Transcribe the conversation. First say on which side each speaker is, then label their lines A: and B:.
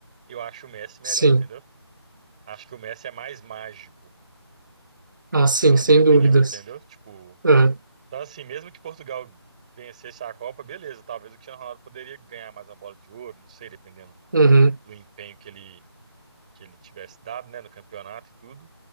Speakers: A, on the right; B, on the right.
A: eu acho o Messi melhor,
B: sim.
A: entendeu? Acho que o Messi é mais mágico,
B: Ah, sim,
A: na
B: sem
A: minha opinião,
B: dúvidas.
A: entendeu? Tipo,
B: Uhum,
A: então assim, mesmo que Portugal vencesse a Copa, beleza, talvez o Cristiano Ronaldo poderia ganhar mais uma bola de ouro, não sei, dependendo
B: uhum,
A: do empenho que ele que ele tivesse dado, né, no campeonato e tudo.